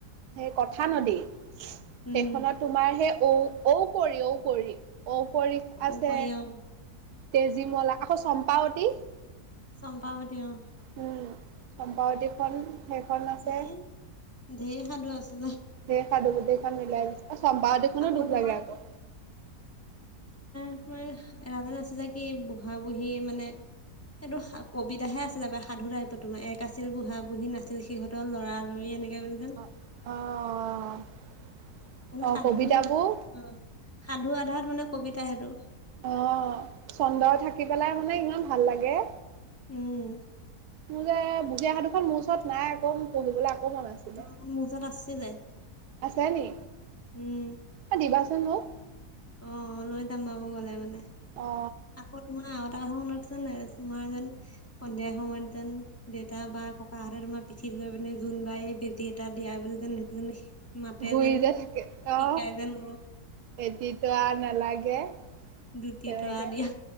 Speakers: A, on the right; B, on the left.
A: সেই কথা নদী
B: উম
A: সেইখনত তোমাৰ সেই ঔ ঔ কৰি ঔ কৰি ঔ কৰি আছে।
B: ঔকৰি অ
A: তেজীমলা আকৌ চম্পাৱতী।
B: চম্পাৱতী অ।
A: উম চম্পাৱতীখন সেইখন আছে
B: ধেৰ ধেৰ সাধু আছে
A: দেশ। সাধু বুটখন মিলাই দিছে অ সম্পাবতিখনো
B: আকৌ
A: দুখ
B: তোমাৰ
A: লাগে আকৌ।
B: এহ এৰান আছে যে কি বুঢ়া বুঢ়ী মানে। সেইটো কবিতাহে আছিলে সাধু টাইপৰ তোমাৰ এক আছিল বুঢ়া বুঢ়ী নাছিল সিহঁতৰ লৰালৰি। হেনেকে বুলিকয়।
A: অ', অ', অ'।
B: মানে সাধু
A: কবিতাবোৰ
B: অ', সাধু আধাৰত মানে কবিতা সেইটো।
A: অ', চন্দৰ থাকি পেলাই মানে ইমান ভাল লাগে।
B: উম।
A: মোৰযে বুজীয়া সাধুখন মোৰ ওচৰত নাই আকৌ পঢ়িবলৈ মন আছিলে
B: অ', মোৰ ওচৰত‌ আছিলে।
A: আছে নি?
B: উম
A: অ', দিবাচোন মোক।
B: অ', লৈ যাম বাৰু মই গলে মানে,
A: অ
B: আকৌ তোমাৰ আৰু এটা কথা শু আৰু তোমাৰ যেন সন্ধিয়া সময়ত যেন দেউতা বা ককাহঁতে তোমাৰ পিঠিত লৈ পিনে জোনবাই এ বেটি এটা দিয়া বুলি যেন সেইটো <unintelligible>
A: ঘূৰি
B: যেন
A: যে থাকে অ
B: শিকাই যে ন
A: এটি তৰা নালাগে।
B: দুটি
A: তেনেকে
B: তৰা দিয়া